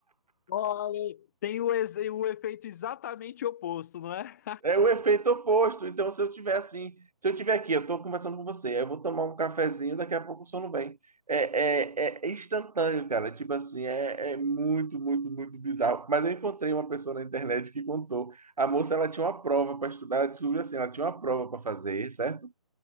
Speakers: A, on the left; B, on the right.
A: Olha, tem o, ex- o efeito exatamente oposto, não é?
B: É o efeito oposto. Então, se eu tiver assim, se eu tiver aqui, eu estou conversando com você, aí eu vou tomar um cafezinho, daqui a pouco o sono vem. É, é, é instantâneo, cara. É Tipo assim, é, é muito, muito, muito bizarro. Mas eu encontrei uma pessoa na internet que contou. A moça, ela tinha uma prova para estudar, ela descobriu assim, ela tinha uma prova para fazer, certo?